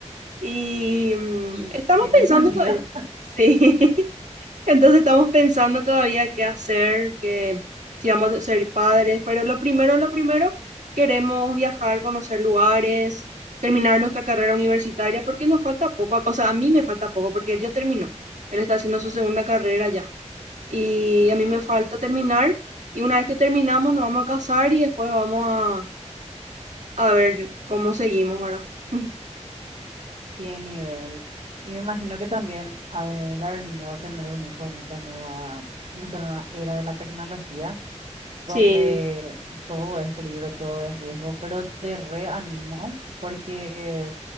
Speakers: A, on the right; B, on the right.
A: y mm,
B: Y
A: estamos
B: tiene
A: pensando
B: <laughs> sentido
A: todavía. <laughs> Sí. Entonces estamos pensando todavía qué hacer, que si vamos a ser padres, pero lo primero, lo primero, queremos viajar, conocer lugares, terminar nuestra carrera universitaria, porque nos falta poco, o sea, a mí me falta poco, porque él ya terminó, él está haciendo su segunda carrera ya, y a mí me falta terminar, y una vez que terminamos nos vamos a casar y después vamos a, a ver cómo seguimos, ¿verdad? <laughs>
B: Qué nivel. Y me imagino que también ha de dar miedo tener un hijo en esta nueva, en esta nueva era de la tecnología, donde
A: Sí,
B: todo es peligro, todo es riesgo, pero te reanimo porque